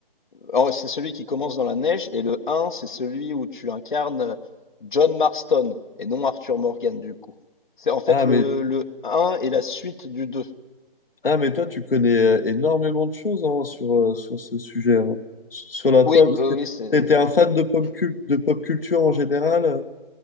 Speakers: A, on the left; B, on the left.
A: Alors, c'est celui qui commence dans la neige et le 1, c'est celui où tu incarnes euh, John Marston et non Arthur Morgan du coup. C'est en fait
B: Ah,
A: le,
B: mais,
A: le 1 et la suite du 2.
B: ah, mais toi, tu connais euh, énormément de choses hein, sur, euh, sur ce sujet. hein. Sur la
A: Oui,
B: pop.
A: euh, oui, c'est.
B: T'étais un fan de pop, cul- de pop culture en général? euh?